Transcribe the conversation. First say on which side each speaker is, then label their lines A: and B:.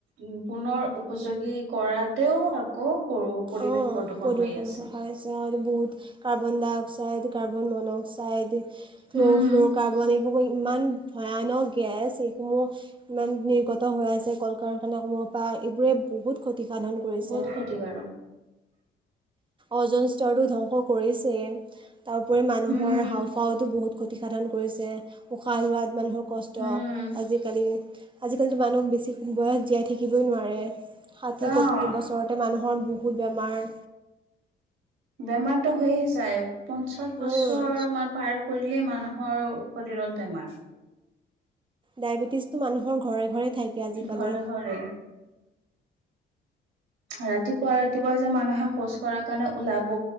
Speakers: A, on the right; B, on the right.
A: উ পুনৰ উপযোগী কৰাতেও আকৌ পৰিৱেশ
B: অঁ প্ৰদূষণ
A: হৈ আছে।
B: হৈছে আৰু বহুত carbon dioxide, carbon monoxide দি ফ্ল
A: উম
B: ফ্ল'ৰ কাৰ্বন সম ইমান ভয়ানক গেছ এইসমূহ ইমান নিৰ্গত হৈ আছে কল কাৰখানাসমূহৰ পৰা এইবোৰে বহুত ক্ষতিসাধন কৰিছে
A: বহুত ক্ষতিকাৰক।
B: অজন সৰটো ধ্বংস কৰিছে তাৰোপৰি মানুহৰ
A: উম
B: হাওফাওটো বহুত ক্ষতিসাধন কৰিছে। উশাহ হোৱাত মানুহক কষ্ট
A: উম,
B: আজিকালি, আজিকালিটো মানুহ বেছি বয়স জীয়াই থাকি থাকিবই নোৱাৰে ষাঠি,
A: অ',
B: সত্তৰ বছৰতে মানুহৰ বহুত বেমাৰ
A: বেমাৰতটো হৈয়ে যায় পঞ্চাশ
B: উম,
A: বছৰ মান পাৰ কৰিলেই মানুহ শৰীৰত বেমাৰ
B: ডায়েবেটিছ টো মানুহৰ ঘৰে ঘৰে থাকে আজিকালি
A: ঘৰে ঘৰে ৰাতিপুৱা ৰাতিপুৱা যে মানুহে শৌচ কৰাৰ কাৰণে ওলাব